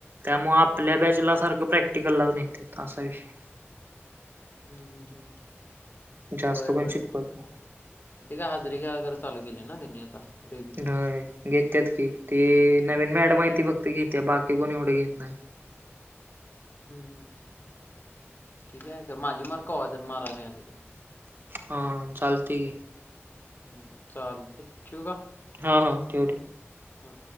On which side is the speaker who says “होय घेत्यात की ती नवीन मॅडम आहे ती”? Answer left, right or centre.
Right